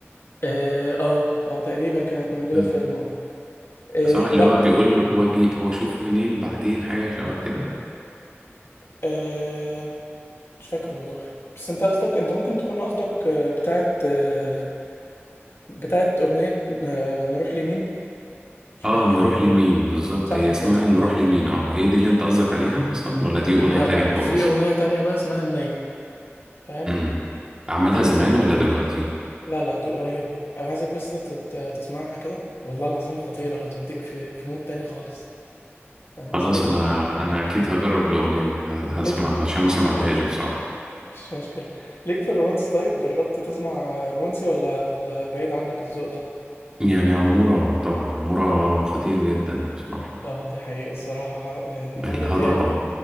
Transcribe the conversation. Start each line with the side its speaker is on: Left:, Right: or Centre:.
Left: اه اه آه، تقريبا كانت موجودة
Right: آه،
Left: في فيلم اه آه،
Right: صح اللي
Left: لا
Right: هو بيقول واجي واشوف منين بعدين حاجة شبه كده
Left: آه مش فاكر والله بس انت قصدك انت ممكن تكون قصدك آه، بتاعت آه بتاعت أغنية آه نروح لمين مش
Right: اه
Left: فاكر
Right: نروح لمين بالظبط
Left: صح
Right: هي اسمها
Left: كده
Right: نروح
Left: اه
Right: لمين اه هي دي اللي انت قصدك عليها اصلا ولا دي اغنية
Left: لا
Right: تانية
Left: لا
Right: خالص
Left: في أغنية تانية بقى اسمها النية فاهم
Right: امم عملها
Left: دي
Right: زمان
Left: دي
Right: ولا دلوقتي
Left: لا لا دي قريبة أنا عايزك بس تت- تسمعها كده والله العظيم خطيرة هتوديك في في مود تاني خالص فاهم قصدي؟
Right: خلاص انا انا اكيد هجرب الاغنيه
Left: ليك
Right: دي ه- هسمعها
Left: ليك
Right: عشان
Left: <laughs>
Right: ما سمعتهاش بصراحه
Left: مش مشكلة ليك في الرومانس طيب جربت تسمع رومانسي ولا ولا بعيد عنك الذوق ده؟
Right: يعني عموره طبعا عموره خطير جدا بصراحه
Left: اه دي حقيقة الصراحة آه، عمرو
Right: الهضبه
Left: دياب